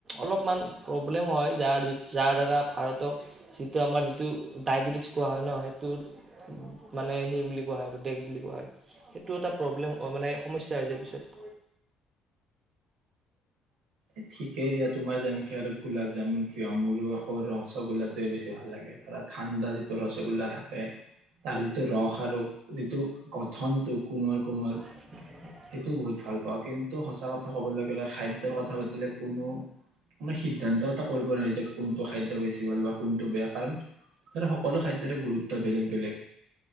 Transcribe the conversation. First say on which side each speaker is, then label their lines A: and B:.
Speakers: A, on the right; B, on the right.
A: অলপমান প্ৰব্লেম হয় যাৰ যাৰ দ্বাৰা ভাৰতক যিটো আমাৰ যিটো ডায়বেটিছ কোৱা হয় ন সেইটো মানে সেই বুলি কোৱা হয় ডেগ বুলি কোৱা হয় সেইটো এটা প্ৰব্লেম অ মানে সমস্যা হৈ যায় পিছত
B: এ ঠিকেই দিয়া তোমাৰ যেনকে আৰু গোলাপ জামুন প্ৰিয় মোৰো আকৌ ৰসগোল্লাটোৱে বেছি ভাল লাগে ধৰা ঠাণ্ডা যিটো ৰসগোল্লা থাকে তাৰ যিটো ৰস আৰু যিটো কথনটো কোমল কোমল
A: <unintelligible>
B: সেইটো বহুত ভাল পাওঁ কিন্তু সঁচা কথা ক'বলে গ'লে খাদ্যৰ কথা পাতিলে কোনো মানে সিদ্ধান্ত এটা কৰিব নোৱাৰি যে কোনটো খাদ্য বেছি ভাল বা কোনটো বেয়া কাৰণ তাৰ সকলো খাদ্যৰে গুৰুত্ব বেলেগ বেলেগ